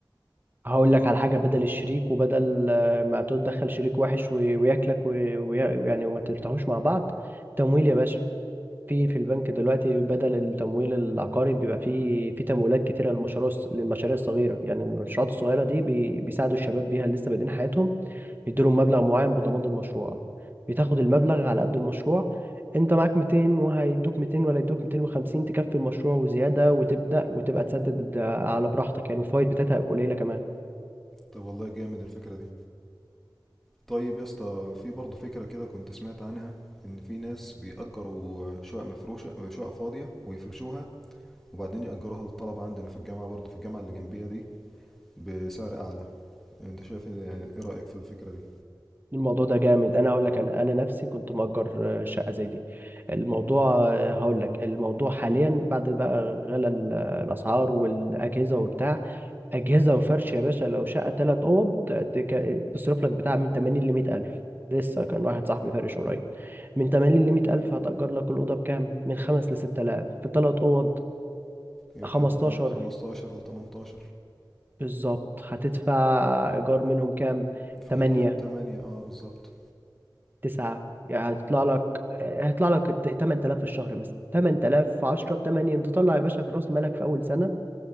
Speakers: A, on the right (about 25°); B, in the centre.
A: هقول لك على حاجة بدل الشريك وبدل آه، ما تدخل شريك وحش وي- وياكلك وي- ويا- ويعني وما ترتاحوش مع بعض تمويل يا باشا في في البنك دلوقتي بدل التمويل العقاري بيبقى في في تمويلات كتيرة للمشاريع الص- للمشاريع الصغيرة يعني المشروعات الصغيرة دي بي- بيساعدوا الشباب بيها اللي لسه بادئين حياتهم يديلهم مبلغ معين بضمان المشروع بتاخد المبلغ على قد المشروع انت معاك 200 وهيدوك 200 ولا يدوك 250 تكفي المشروع وزيادة وتبدأ وتبقى تسدد على براحتك يعني والفوائد بتاعتها قليلة كمان
B: طب والله جامد الفكرة دي طيب يا اسطى في برضه فكرة كده كنت سمعت عنها ان في ناس بيأجروا شقق مفروشة شقق فاضية ويفرشوها وبعدين يأجروها للطلبة عندنا في الجامعة برضه في الجامعة اللي جنبية دي بسعر اعلى انت شايف ايه رأيك في الفكرة دي
A: الموضوع ده جامد انا هقول لك انا انا نفسي كنت مأجر آه، شقه زي دي الموضوع آه، هقول لك الموضوع حاليا بعد بقى غلى ال- آه، الاسعار والاجهزه وبتاع اجهزه وفرش يا باشا لو شقه ثلاث اوض تك- تصرف لك بتاع من 80 ل 100 الف لسه كان واحد صاحبي فارش قريب من 80 ل 100 الف هتأجر لك الاوضه بكام من 5 ل 6000 في ثلاث اوض
B: يبقى
A: 15
B: ب 15 ل 18
A: بالظبط هتدفع ايجار منهم كام
B: في
A: 8
B: حدود التمانية اه بالظبط
A: تسعة يعني هيطلع لك هيطلع لك ت- 8000 في الشهر مثلا 8000 في 10 ب 8 انت تطلع يا باشا في راس مالك في اول سنة